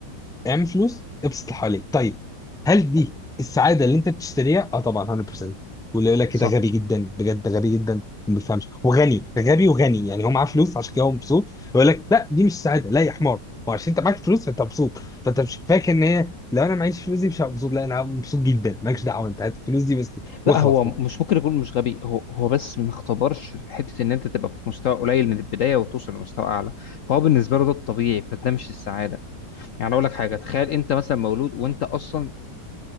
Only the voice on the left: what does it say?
صح
لا هو
مش ممكن يكون مش غبي هو هو بس ما اختبرش حته ان انت تبقى في مستوى قليل من البدايه وتوصل لمستوى اعلى فهو بالنسبه له ده الطبيعي فده مش السعاده يعني اقول لك حاجه تخيل انت مثلا مولود وانت اصلا